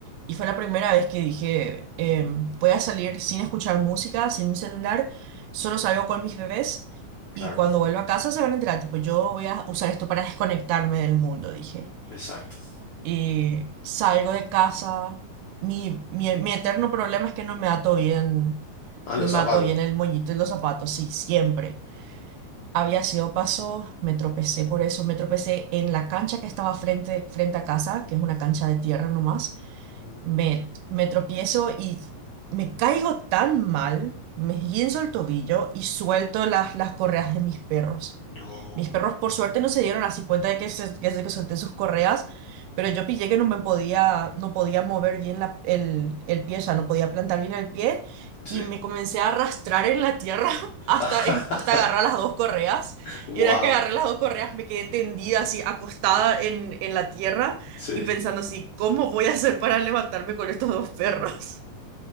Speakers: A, on the right; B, on the left.
A: Y fue la primera vez que dije, eh, voy a salir sin escuchar música, sin mi celular, solo salgo con mis bebés
B: claro,
A: y cuando vuelvo a casa se van a enterar, tipo, yo voy a usar esto para desconectarme del mundo, dije.
B: exacto.
A: y salgo de casa. Mi, mi, mi eterno problema es que no me ato bien,
B: A los
A: no me
B: zapatos.
A: ato bien el moñito y los zapatos, sí, siempre. Había sido paso, me tropecé por eso, me tropecé en la cancha que estaba frente, frente a casa, que es una cancha de tierra nomás.
B: Ujú.
A: Me, me tropiezo y me caigo tan mal, me esguinzo el tobillo y suelto las, las correas de mis perros.
B: No,
A: Mis perros por suerte no se dieron así cuenta de que, se- que, se- que solté sus correas, pero yo pillé que no me podía, no podía mover bien la- el, el pie, o sea, no podía plantar bien el pie
B: sí.
A: y me comencé a arrastrar en la tierra <laughs> hasta,
B: <laughs>
A: en- hasta agarrar las dos correas.
B: Wow,
A: Y una vez que agarré las dos correas me quedé tendida así, acostada en, en la tierra
B: sí.
A: y pensando así, ¿cómo voy a hacer para levantarme con estos dos perros?